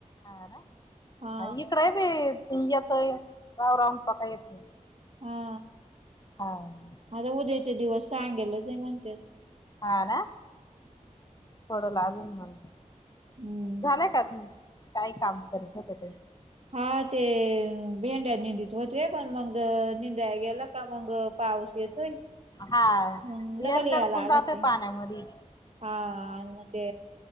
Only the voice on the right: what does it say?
हा
हा
माझ उद्याचे दिवस सांगेलच हे म्हणतात.
हम्म
हा ते भेंड्या निेंदत होते पण मग निंदा गेला का मग पाऊस येतोय.
मग डबल
याय
लागतय
हा आन ते